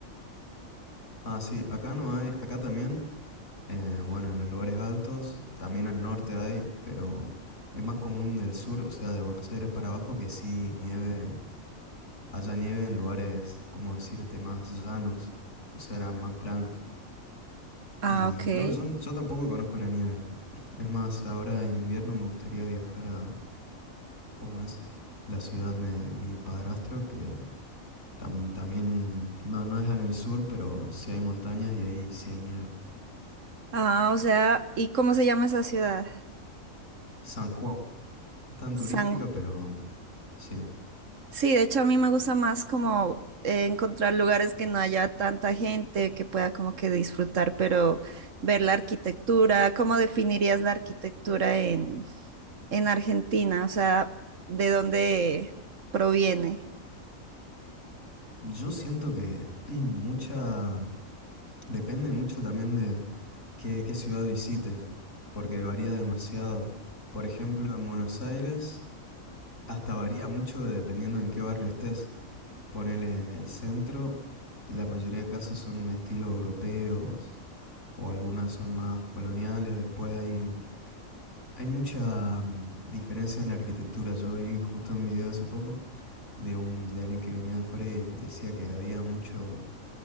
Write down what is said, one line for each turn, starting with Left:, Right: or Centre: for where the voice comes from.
Left: ah sí, acá no hay, acá también, eh, bueno, en los lugares altos, también al norte hay, pero es más común del sur, o sea, de Buenos Aires para abajo, que sí nieve, haya nieve en lugares, como decirte, más llanos, o sea, eran más planos.
Right: Ah,
Left: Y
Right: ok.
Left: no, yo, yo tampoco conozco la nieve. <laughs> Es más, ahora en invierno me gustaría viajar a, ¿cómo es? La ciudad de mi padrastro, que tam- también, no, no es en el sur, pero sí hay montañas y ahí sí hay nieve.
Right: Ah, o sea, ¿y cómo se llama esa ciudad?
Left: San Juan es tan turística,
Right: San
Left: pero sí.
Right: Sí, de hecho a mí me gusta más como eh, encontrar lugares que no haya tanta gente, que pueda como que disfrutar, pero ver la arquitectura, ¿cómo definirías la arquitectura en, en Argentina? O sea, ¿de dónde proviene?
Left: Yo siento que <clears throat> mucha, depende mucho también de qué, qué ciudad visites, porque varía demasiado. Por ejemplo, en Buenos Aires, hasta varía mucho de- dependiendo en qué barrio estés. Ponele en el centro, la mayoría de casos son estilo europeos o algunas son más coloniales. Después hay, hay mucha mm, diferencia en la arquitectura. Yo vi justo un video hace poco de un, de alguien que venía de afuera y decía que había muchos,